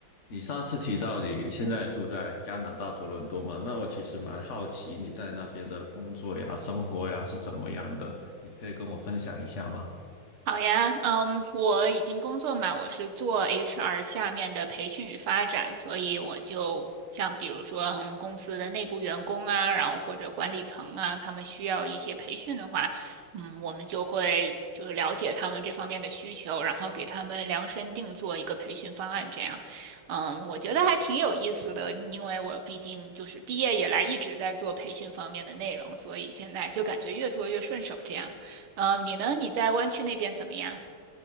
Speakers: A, on the left; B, on the right.
A: 你上次提到你现在住在加拿大多伦多嘛？那我其实蛮好奇你在那边的工作呀、生活呀是怎么样的，你可以跟我分享一下吗？
B: 好呀，嗯，我已经工作嘛，我是做 HR 下面的培训与发展，所以我就像比如说我们公司的内部员工啊，然后或者管理层啊，他们需要一些培训的话，嗯，我们就会就是了解他们这方面的需求，然后给他们量身定做一个培训方案，这样，嗯，我觉得还挺有意思的，因为我毕竟就是毕业以来一直在做培训方面的内容，所以现在就感觉越做越顺手，这样。呃，你呢？你在湾区那边怎么样？